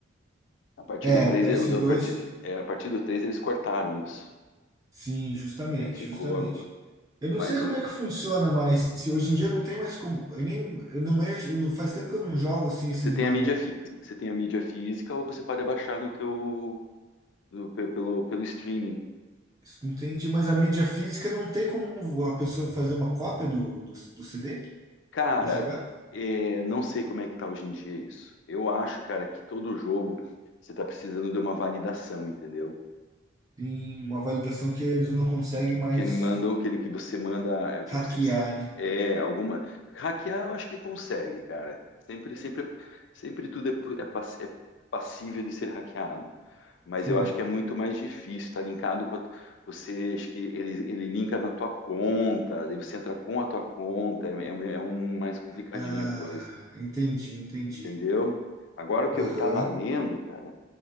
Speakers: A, on the left; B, on the right.
A: A partir
B: É,
A: do 3,
B: o ps
A: é, o da-
B: dois
A: a partir, é, a partir do 3 eles cortaram isso.
B: sim, justamente,
A: Que daí ficou.
B: justamente.
A: agu-
B: Eu não
A: Mas
B: sei como
A: o-
B: é que funciona mais. Se hoje em dia não tem mais como. Eu nem, eu não mexo, eu não, faz tempo que eu não jogo assim esses
A: você
B: mais
A: tem a mídia física, você tem a mídia física ou você pode abaixar no teu no- pe- pelo, pelo streaming.
B: Entendi, mas a mídia física não tem como a pessoa fazer uma cópia do, do, do CD
A: Cara,
B: e jogar?
A: é, não sei como é que tá hoje em dia isso. Eu acho, cara, que todo jogo você tá precisando de uma validação, entendeu?
B: Tem uma validação que eles não conseguem
A: que, que, que,
B: mais
A: que ele manda, ou aquele que você manda, eu digo,
B: hackear,
A: se você,
B: né?
A: é alguma hackear, eu acho que consegue, cara. Sempre, sempre, sempre tudo é, pu- é pass- é passível de ser hackeado. Mas
B: Sim.
A: eu acho que é muito mais difícil, tá linkado com a, você, acho que ele, ele linka na tua conta, daí você entra com a tua conta, é, é é um mais complicadinho
B: Ah,
A: a coisa,
B: entendi, entendi.
A: entendeu? Agora o que eu
B: Aham.
A: tava lendo, cara,